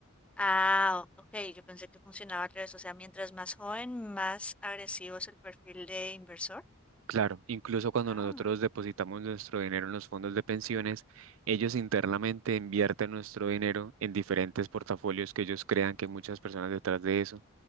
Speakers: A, in the centre; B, on the right.
A: Ah, o- ok, yo pensé que funcionaba al revés, o sea, mientras más joven, más agresivo es el perfil de inversor.
B: Claro, incluso cuando
A: Ah,
B: nosotros depositamos nuestro dinero en los fondos de pensiones, ellos internamente invierten nuestro dinero en diferentes portafolios que ellos crean que hay muchas personas detrás de eso.